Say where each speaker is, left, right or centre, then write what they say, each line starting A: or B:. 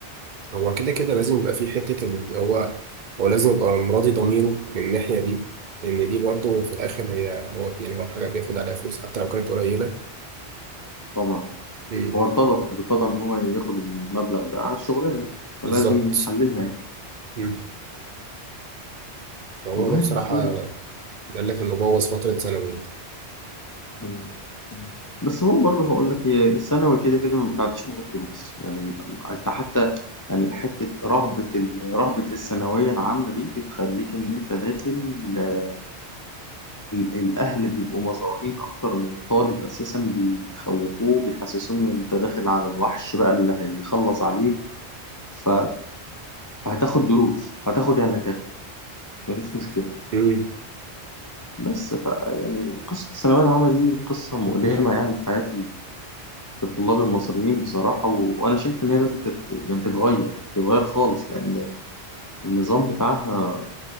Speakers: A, on the right; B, on the left.
A: هو كده كده لازم يبقى في حتة اللي هو هو لازم يبقى مراضي ضميره من الناحية دي لأن دي برضه في الآخر هي هو يعني لو حاجة بياخد عليها فلوس حتى لو كانت قليلة
B: طبعا
A: مم.
B: هو ارتضى ارتضى إن هو ياخد المبلغ ده على الشغلانة فلازم
A: بالظبط
B: يحللها يعني
A: مم. فهو
B: والله
A: ده بصراحة
B: المفروض
A: قال لك إنه بوظ فترة ثانوية
B: مم. مم. بس هو برضه هقول لك هي الثانوي كده كده ما بتعديش من غير دروس يعني انت حتى يعني حته رهبه ال- رهبه الثانويه العامه دي بتخليك ان انت داخل ال- الاهل بيبقوا مزعورين اكتر من الطالب اساسا بيخوفوه بيحسسوه ان انت داخل على الوحش بقى اللي هيخلص عليك ف... فهتاخد دروس هتاخد يعني هتاخد مفيش مشكله
A: مم.
B: بس ف يعني قصه الثانويه العامه دي قصه مؤلمه يعني في حياه الطلاب المصريين بصراحة و... وأنا شايف إن هي لازم تت... يعني تتغير تتغير خالص لأن النظام بتاعها